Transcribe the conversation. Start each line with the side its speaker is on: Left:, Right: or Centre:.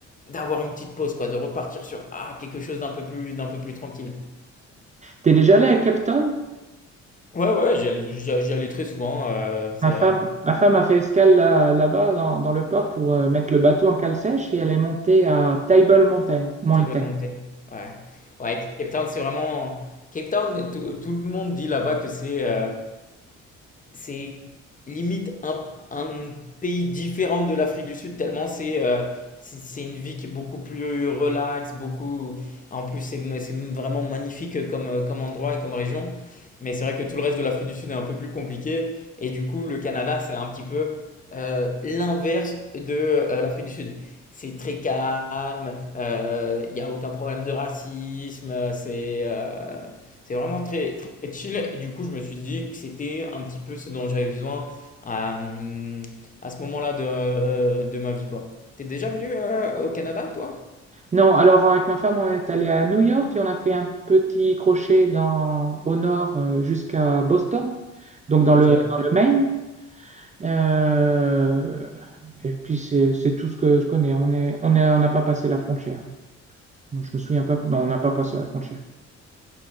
Left: d'avoir une petite pause, quoi, de repartir sur ah, quelque chose d'un peu plus, d'un peu plus tranquille.
Right: T'es déjà allé à Cape Town?
Left: Ouais, ouais, j'y allais, j'y allais très souvent. euh, c'est,
Right: Ma femme,
Left: vrai.
Right: ma femme a fait escale là, là-bas dans, dans le port pour euh, mettre le bateau en cale sèche et elle est montée à Table Mountain. Mountain.
Left: Ils veulent monter. Ouais. Ouais, Cape Town, c'est vraiment. Cape Town, tout, tout le monde dit là-bas que c'est euh, c'est limite un, un pays différent de l'Afrique du Sud, tellement c'est euh, c'est c'est une vie qui est beaucoup plus relaxe, beaucoup. En plus, c'est c'est vraiment magnifique comme, euh, comme endroit et comme région. Mais c'est vrai que tout le reste de l'Afrique du Sud est un peu plus compliqué. Et du coup, le Canada, c'est un petit peu euh, l'inverse de euh, l'Afrique du Sud. C'est très calme, euh, il n'y a aucun problème de racisme, c'est euh, c'est vraiment très, très chill. Et du coup, je me suis dit que c'était un petit peu ce dont j'avais besoin à, euh, à ce moment-là de, euh, de ma vie, quoi. T'es déjà venu euh, au Canada, toi?
Right: Non, alors euh, avec ma femme, on est allé à New York et on a fait un petit crochet dans, au nord euh, jusqu'à Boston, donc dans
Left: Ok,
Right: le, dans le Maine. Euh, et puis c'est c'est tout ce que je connais. On est, on est, on n'a pas passé la frontière. Je me souviens pas. Non, on n'a pas passé la frontière.